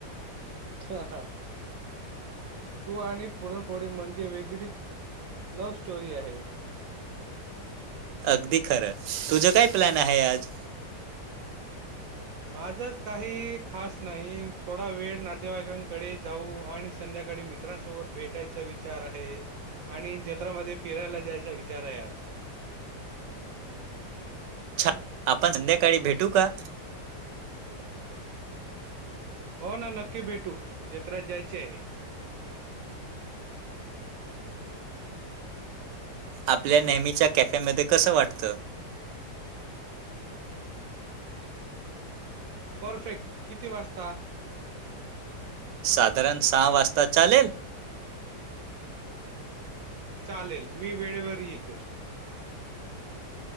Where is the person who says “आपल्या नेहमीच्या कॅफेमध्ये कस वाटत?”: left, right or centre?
Right